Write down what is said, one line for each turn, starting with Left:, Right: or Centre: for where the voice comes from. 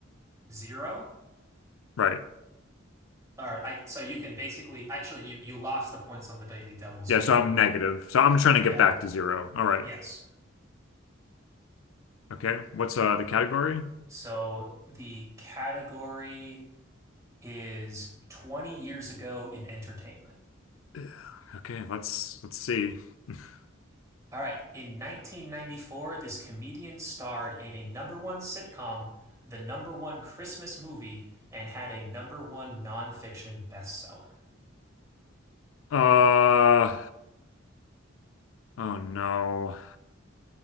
Right: zero.
Left: Right.
Right: All right, I, so you can basically actually you you lost the points on the Daily Double, so
Left: Yeah,
Right: you
Left: so
Right: can
Left: I'm negative. So I'm trying to get
Right: yeah,
Left: back to zero. All right.
Right: yes.
Left: Okay. What's uh the category?
Right: So the category is 20 years ago in entertainment.
Left: <sighs> Ugh. Okay, let's let's see. <sighs>
Right: All right, in 1994, this comedian starred in a number one sitcom, the number one Christmas movie, and had a number one nonfiction bestseller.
Left: Uh oh no.